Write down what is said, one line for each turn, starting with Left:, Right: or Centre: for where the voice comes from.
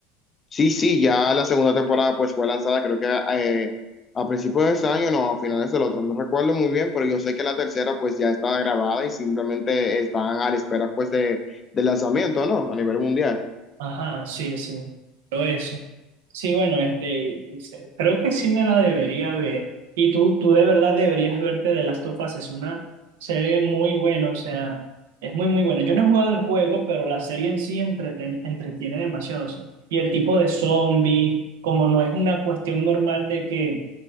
Left: Sí, sí, ya la segunda temporada pues fue lanzada creo que eh, a principios de este año, no, a finales del otro, no recuerdo muy bien, pero yo sé que la tercera pues ya está grabada y simplemente están a la espera pues de, del lanzamiento, ¿no? A nivel mundial.
Right: Ajá, sí, sí. Pero eso. Sí, bueno, este, este, creo que sí me la debería ver. Y tú, tú de verdad deberías verte de Last of Us. Es una serie muy buena, o sea, es muy, muy buena. Yo no he jugado el juego, pero la serie en sí entreten- entretiene demasiado. o sea. Y el tipo de zombie, como no es una cuestión normal de que,